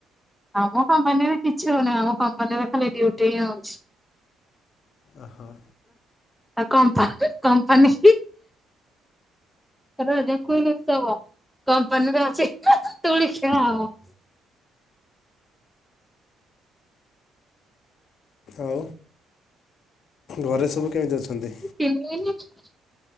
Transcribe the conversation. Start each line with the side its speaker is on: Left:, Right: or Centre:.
Centre: ଆମ କମ୍ପାନୀରେ କିଛି ହଉନିଁ ଆମ କମ୍ପାନୀରେ ଖାଲି ଡ୍ୟୁଟି ହିଁ ହଉଛି।
Left: ଅହ।
Centre: କମ୍ପା କମ୍ପାନୀ କୁ <unintelligible> କମ୍ପାନୀର ଅଛି ଦୋଳି ଖେଳା ହବ।
Left: ଆଉ। ଘରେ ସବୁ କେମ୍ତି ଅଛନ୍ତି।
Centre: <unintelligible>